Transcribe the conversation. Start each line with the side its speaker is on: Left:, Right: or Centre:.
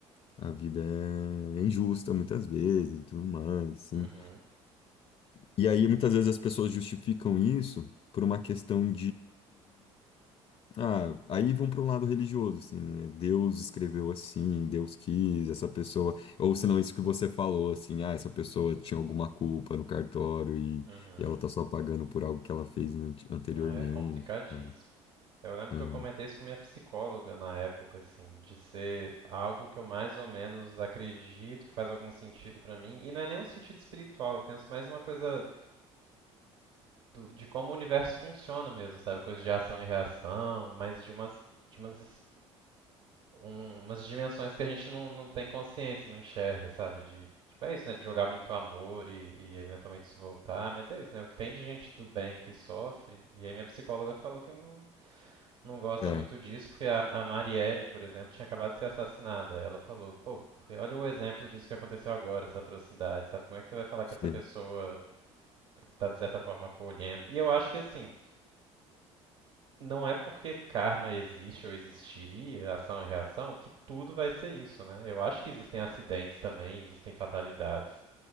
Left: a vida é injusta muitas vezes e tudo mais, sim.
Right: uhum,
Left: E aí muitas vezes as pessoas justificam isso por uma questão ah, aí vão para um lado religioso, assim, né? Deus escreveu assim, Deus quis, essa pessoa. Ou senão isso que você falou, assim, ah, essa pessoa tinha alguma culpa no cartório e,
Right: uhum.
Left: e ela tá só pagando por algo que ela fez ante- anteriormente.
Right: É complicadíssimo.
Left: tá?
Right: Eu lembro
Left: Ah,
Right: que eu comentei isso com minha psicóloga na época, assim, de ser algo que eu mais ou menos acredito que faz algum sentido pra mim. E não é nem um sentido espiritual, eu penso mais numa coisa do- de como o universo funciona mesmo, sabe? Coisa de ação e reação, mas de umas, de umas, es- um- umas dimensões que a gente não, não tem consciência, não enxerga, sabe? De, tipo, é isso, né? De jogar muito amor e, e eventualmente isso voltar, mas é isso, né? O que tem de gente do bem que sofre, e aí minha psicóloga falou que não, não gosta
Left: é,
Right: muito disso, porque a, a Marielle, por exemplo, tinha acabado de ser assassinada. Ela falou, pô, porque olha o exemplo disso que aconteceu agora, essa atrocidade, sabe? Como é que você vai falar
Left: sei.
Right: que essa pessoa tá, de certa forma, acolhendo? E eu acho que, assim, não é porque karma existe ou existiria, ação e reação, que tudo vai ser isso, né? Eu acho que existem acidentes também, existem fatalidades.